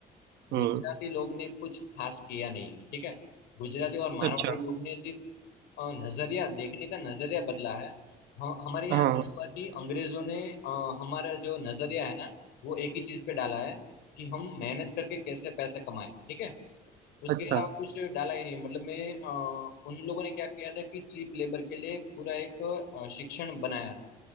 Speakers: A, on the right (about 80°); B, on the left (about 80°).
A: हम्म
B: गुजराती लोग ने कुछ खास किया नहीं है ठीक है गुजराती और मारवाड़ी
A: अच्छा
B: लोग ने सिर्फ अ, नजरिया देखने का नजरिया बदला है हम हमारे यहाँ
A: हाँ
B: क्या
A: हाँ,
B: हुआ कि अंग्रेजों ने अ, हमारा जो नजरिया है ना वो एक ही चीज पे डाला है कि हम मेहनत करके कैसे पैसे कमाएं ठीक है उसके
A: अच्छा
B: अलावा कुछ डाला ही नहीं मतलब मैं अ, उन लोगों ने क्या किया था कि चीप लेबर के लिए पूरा एक अ, शिक्षण बनाया था